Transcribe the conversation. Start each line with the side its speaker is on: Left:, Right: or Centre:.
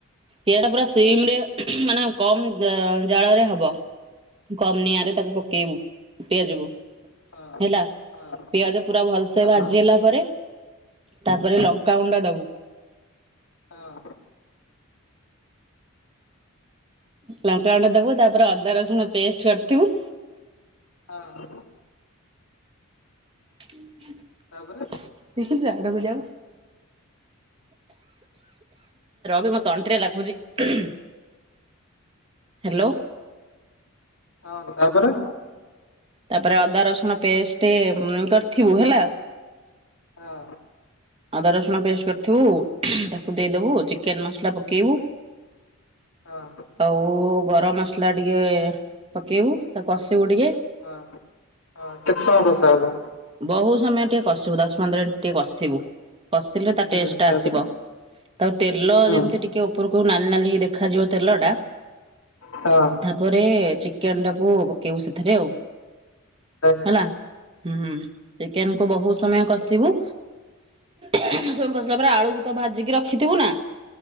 Right: ପିଆଜ ପୁରା ସିମ୍ ରେ।
Left: ହଁ
Right: ମାନେ କମ ଜାଳରେ ହବ କମ୍ ନିଆଁରେ ତାକୁ ପକେଇବୁ ପିଆଜ କୁ।
Left: ହଁ।
Right: ହେଲା
Left: ହଁ
Right: ପିଆଜ ପୁରା ଭଲସେ
Left: ହଁ
Right: ଭାଜି ହେଲା ପରେ ତାପରେ ଲଙ୍କାଗୁଣ୍ଡ ଦବୁ।
Left: ହଁ।
Right: ଲଙ୍କା ଅଣ୍ଡା ଦବୁ, ତାପରେ ଅଦା ରସୁଣ ପେଷ୍ଟ ବାଟିଥିବୁ।
Left: ହଁ।
Right: <unintelligible>
Left: ତାପରେ
Right: ସାଡକୁ ଯାଅ ର ବେ ମ। <unintelligible> ତଣ୍ଟିରେ ଲାଖୁଛି ହ୍ୟାଲୋ।
Left: ହଁ ତାପରେ।
Right: ତାପରେ ଅଦା ରସୁଣ ପେଷ୍ଟ କରିଥିବୁ ହେଲା।
Left: ହଁ।
Right: ଅଦା ରସୁଣ ପେଷ୍ଟ୍ କରିଥିବୁ ତାକୁ ଦେଇଦେବୁ ଚିକେନ ମସଲା ପକେଇବୁ।
Left: ହଁ।
Right: ଆଉ ଗରମ ମସଲା ଟିକେ ପକେଇବୁ ତାକୁ କଷିବୁ ଟିକେ।
Left: ହଁ ହଁ କେତେ ସମୟ କଷା ହବ।
Right: ବହୁତ ସମୟ ଟିକେ କଷିବୁ ଦଶ ପନ୍ଦର ମିନିଟ୍ ଟିକେ କଷିବୁ କଷିଲେ ତା
Left: ହୁଁ
Right: ଟେଷ୍ଟ ଟା
Left: ତାପରେ
Right: ଆସିବ। ତାପରେ ତେଲ
Left: ହୁଁ
Right: ଯେମିତି ଟିକେ ଉପରକୁ ନାଲି ନାଲିି ହେଇ ଦେଖାଯିବ ତେଲ ଟା।
Left: ହଁ।
Right: ତାପରେ ଚିକେନ ଟାକୁ ପକେଇବୁ ସେଥିରେ ଆଉ।
Left: ତା <unintelligible>
Right: ହେଲା ହୁଁ ଚିକେନ କୁ ବହୁତ ସମୟ କଷିବୁ ସବୁ କଷିଲା ପରେ ଆଳୁକୁ ତ ଭାଜିକି ରଖିଥିବୁ ନା।